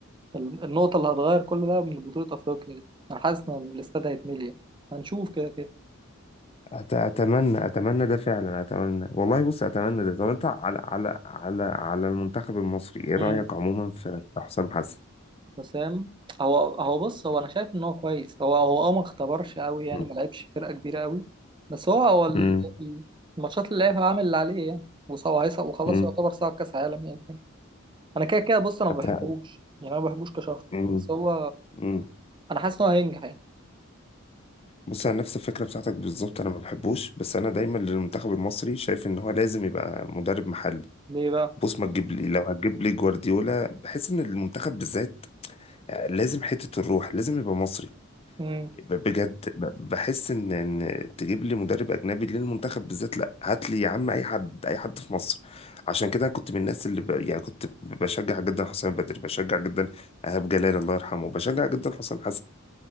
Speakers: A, on the right (about 25°); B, on the left (about 30°).
A: ال- النقطه اللي هتغير كل ده من بطوله افريقيا دي انا حاسس ان الاستاد هيتملي يعني. هنشوف كده كده
B: أت- اتمنى اتمنى ده فعلا اتمنى والله بص اتمنى ده طب انت على على على على المنتخب المصري ايه
A: مم.
B: رايك عموما في في حسام حسن
A: وسام هو هو بص هو انا شايف ان هو كويس هو هو اه ما اختبرش قوي يعني
B: مم.
A: ما لعبش فرقه كبيره قوي بس هو هو ال-
B: مم.
A: ال- الماتشات اللي لعبها عامل اللي عليه يعني وص- وهيصعد وخلاص
B: مم.
A: يعتبر صعد كاس عالم يعني انا كده كده بص انا
B: أت...
A: ما بحبوش يعني انا ما بحبوش كشخص
B: مم.
A: بس هو
B: مم.
A: انا حاسس ان هو هينجح يعني
B: بص انا نفس الفكره بتاعتك بالظبط انا ما بحبوش بس انا دايما للمنتخب المصري شايف ان هو لازم يبقى مدرب محلي
A: ليه بقى؟
B: بص ما تجيب لي لو هتجيب لي جوارديولا بحس ان المنتخب بالذات آه، لازم حته الروح لازم يبقى مصري
A: امم
B: ب- بجد ب- بحس ان ان تجيب لي مدرب اجنبي للمنتخب بالذات لا هات لي يا عم اي حد اي حد في مصر عشان كده كنت من الناس اللي ب... يعني كنت بشجع جدا حسام بدري بشجع جدا ايهاب جلال الله يرحمه بشجع جدا حسام حسن